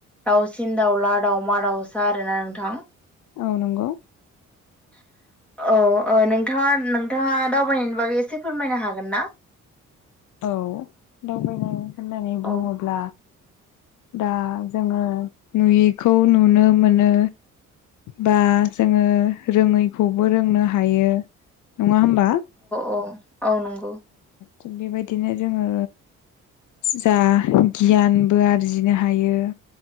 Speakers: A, in the centre; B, on the left.
A: दाउसिन दाउला दाउमा दाउसा आरोना नोंथां
B: औ नंगौ
A: <inaudible> औ ओ नोंथाङा नोंथाङा दावबायनायनि बागै एसे फोरमायनो हागोन ना?
B: औ दावबायनाय होननानै बुङोब्ला
A: औ
B: दा जोङो नुयिखौ नुनो मोनो बा जोङो रोङैखौबो रोंनो हायो नङा होनबा?
A: औ औ नांगौ।
B: थिग बेबायदिनो जोङो जा गियानबो आरजिनो हायो